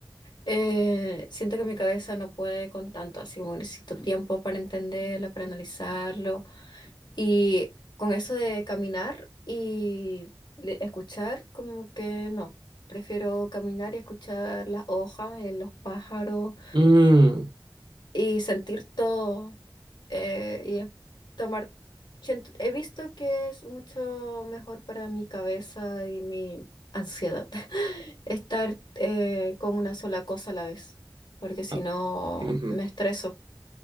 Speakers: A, on the left; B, on the right.
A: eh, siento que mi cabeza no puede con tanto, así como necesito tiempo para entenderlo, para analizarlo. Y con eso de caminar y le- escuchar, como que no. Prefiero caminar y escuchar las hojas, eh, los pájaros
B: Mm.
A: y sentir todo. eh, y es- tomar. siento- he visto que es mucho mejor para mi cabeza y mi ansiedad <laughs> estar eh, con una sola cosa a la vez, porque si
B: Ah,
A: no
B: ujú.
A: me estreso.